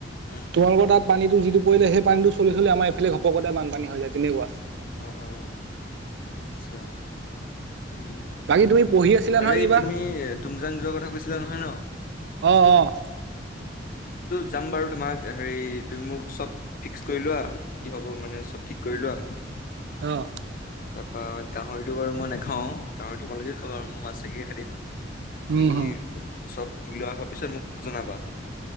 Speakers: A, on the left (about 50°); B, on the right (about 65°).
A: উম
B: তোমালোকৰ তাত পানীটো যিটো পৰিলে সেই পানীটো চলি চলি আমাৰ এইফালে ঘপকতে বানপানী হৈ যায় তেনেকুৱা ।
A: অ ', অ', আচ্ছা উম, উম,
B: বাকী তুমি পঢ়ি আছিলা
A: আৰু
B: নহয়
A: এই
B: কিবা
A: তুমি তুমজাং যোৱা কথা কৈছিলা নহয় ন ।
B: অ', অ',
A: যাম বাৰু তোমাক হেৰি তুমি মোক চব ফিক্স কৰি লোৱা কি কি হ'ব মানে চব ঠিক কৰি লোৱা
B: অ',
A: তাৰপা গাহৰিটো বাৰু মই নাখাওঁ, গাহৰি তোমালোকে খাবা আৰু মই মাছগে খায় তুমি
B: উম হম
A: চব উলোৱা হোৱাৰ পিছত মোক জনাবা ।